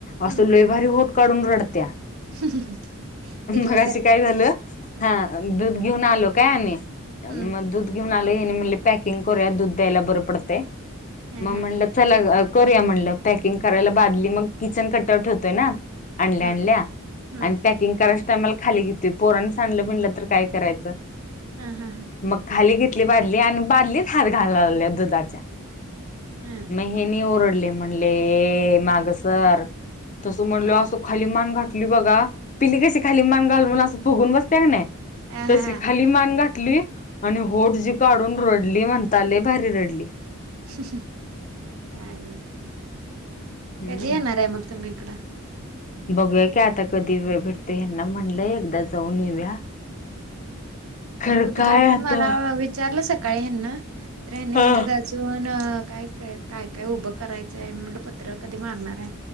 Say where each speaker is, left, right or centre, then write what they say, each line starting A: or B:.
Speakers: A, on the right; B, on the left.
A: हम्म
B: असं ल भारी होट काढून रडत्या
A: <unintelligible> पिल्लू
B: मगाशी
A: सारखंच
B: काय झालं हा दूध घेऊन आलो काय आम्ही
A: हम्म
B: मग दूध घेऊन आल म्हणले पॅकिंग करूया दूध द्यायला बरं पडते
A: हा हा
B: मग म्हणलं चला करूया म्हणलं पॅकिंग करायला बादली मग किचन कटआउट ठेवतोय ना आणल्या
A: हा
B: आणल्या
A: हम्म
B: आणि पॅकिंग करायच टाईमला खाली येतोय पोरांनी सांडलं बीडल तर काय करायचं
A: हा हा हां
B: मग खाली घेतली बादली आणि बादलीच हात घालला लागल्या दुधाच्या
A: हम
B: हे ओरडले म्हणले माग सरक म्हणल असं खाली मान घटली बघा पिली कशी खाली मांगाल म्हणून असं फुगून बसते का नाही
A: हा हा
B: तशी
A: हा
B: खाली मान गाठली आणि होट जी काढून रडली म्हणताले भारी रडली.
A: हह काय आणि?
B: हम्म.
A: कधी येणार आहे मग तुम्ही इकडं?
B: बघूया की आता कधी वेळ भेटतोय ह्यांना म्हणलंय एकदा जाऊन येऊया. खरं
A: उद्घाटन
B: काय आता
A: मला विचारलं सकाळी ह्यांना तर ह्यानीं
B: हा
A: म्हणत्यात अजून काय काय काय काय उभं करायचंय म्हणलं पत्र कधी मारणार आहे?